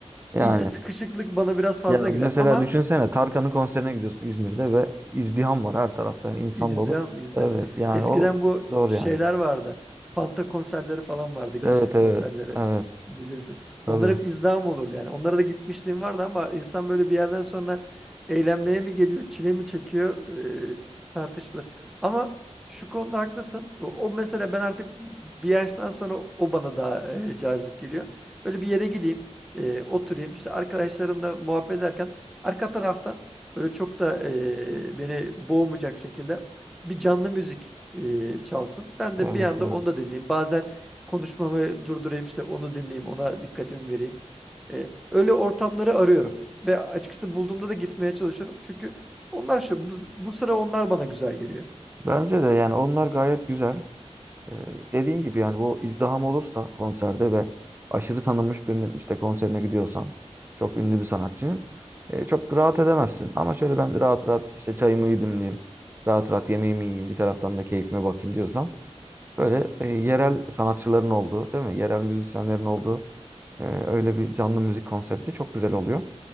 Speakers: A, on the right; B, in the centre.
A: Yani.
B: iyice sıkışıklık bana biraz fazla
A: Ya
B: geliyor.
A: mesela
B: Ama
A: düşünsene Tarkan'ın konserine gidiyorsun İzmir'de ve izdiham var her tarafta yani insan
B: İzdiham,
A: dolu.
B: izdiham.
A: Evet yani
B: Eskiden
A: o
B: bu
A: zor
B: şeyler
A: yani.
B: vardı. Fanta konserleri falan vardı. Gençlik
A: Evet evet
B: konserleri
A: evet
B: bilirsin.
A: tabii.
B: Onlar hep izdiham olurdu yani. Onlara da gitmişliğim vardı ama insan böyle bir yerden sonra eğlenmeye mi geliyor, çile mi çekiyor e, tartışılır. Ama şu konuda haklısın. O, o mesela ben artık bir yaştan sonra o bana daha e, cazip geliyor. Böyle bir yere gideyim, e, oturayım. İşte arkadaşlarımla muhabbet ederken arka taraftan Böyle çok da e, beni boğmayacak şekilde bir canlı müzik e, çalsın. Ben de
A: Evet
B: bir anda
A: yani.
B: onu da dinleyeyim. Bazen konuşmamı durdurayım işte onu dinleyeyim, ona dikkatimi vereyim. E, öyle ortamları arıyorum ve açıkçası bulduğumda da gitmeye çalışıyorum. Çünkü onlar şu bu, bu sıra onlar bana güzel geliyor.
A: Bence de yani onlar gayet güzel. Ee, dediğin gibi yani bu izdiham olursa konserde ve aşırı tanınmış birinin işte konserine gidiyorsan çok ünlü bir sanatçının e, çok rahat edemezsin. Ama şöyle ben de rahat rahat işte çayımı yudumlayayım. Rahat rahat yemeğimi yiyeyim bir taraftan da keyfime bakayım diyorsan. Böyle e, yerel sanatçıların olduğu, değil mi? Yerel müzisyenlerin olduğu e, öyle bir canlı müzik konsepti çok güzel oluyor.